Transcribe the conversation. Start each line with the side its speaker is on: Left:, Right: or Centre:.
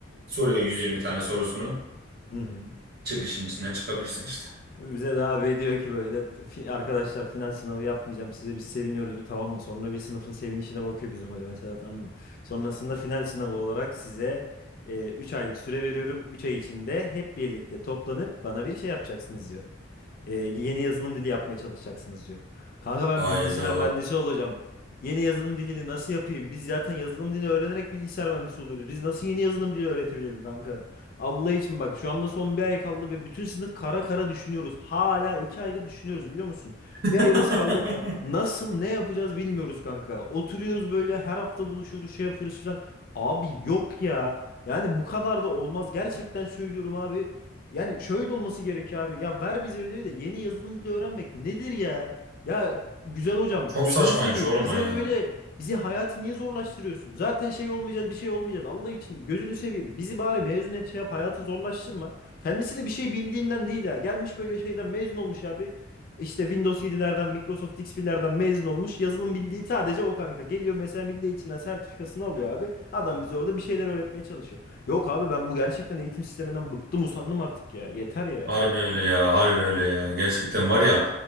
Right: Soruyor 120 tane sorusunu.
Left: Hı hı.
Right: Çıkışın içinden çıkabilirsen işte.
Left: Bize de abi diyor ki böyle "Fi- arkadaşlar final sınavı yapmayacağım size biz seviniyoruz bir tamam mı? Sonra bir sınıfın sevinişine bakıyor bizim hoca mesela tamam mı? Sonrasında final sınavı olarak size 3 aylık süre veriyorum. üç ay içinde hep birlikte toplanıp bana bir şey yapacaksınız diyor. E, yeni yazılım dili yapmaya çalışacaksınız diyor. Kanka ben
Right: Ayda.
Left: bilgisayar mühendisi olacağım. Yeni yazılım dilini nasıl yapayım? Biz zaten yazılım dilini öğrenerek bilgisayar mühendisi oluyoruz. Biz nasıl yeni yazılım dili öğretebilelim kanka? Allah için bak şu anda son bir ay kaldı ve bütün sınıf kara kara düşünüyoruz. Hala iki aydır düşünüyoruz biliyor musun?
Right: <laughs>
Left: Bir ayımız kaldı. Nasıl ne yapacağız bilmiyoruz kanka. Oturuyoruz böyle her hafta buluşuyoruz şey yapıyoruz filan. Abi yok ya. Yani bu kadar da olmaz. Gerçekten söylüyorum abi. Yani şöyle olması gerekiyor abi. Ya ver bize ödevi de yeni yazılım dili öğrenmek nedir ya? Ya güzel hocam
Right: Çok
Left: gözünü
Right: saçmaymış
Left: seveyim.
Right: oğlum
Left: Bize
Right: o ya.
Left: böyle bizi hayatı niye zorlaştırıyorsun? Zaten şey olmayacağız bir şey olmayacağız. Allah için gözünü seveyim. Bizi bari mezun et şey yap hayatı zorlaştırma. Kendisi de bir şey bildiğinden değil ha. Gelmiş böyle şeyden mezun olmuş abi. İşte Windows 7'lerden Microsoft XP'lerden mezun olmuş. Yazılım bildiği sadece o kanka. Geliyor mesela milli eğitimden sertifikasını alıyor abi. Adam bize orada bir şeyler öğretmeye çalışıyor. Yok abi ben bu gerçekten eğitim sisteminden bıktım usandım artık ya. Yeter ya.
Right: Harbi öyle ya, harbi öyle ya. Gerçekten var ya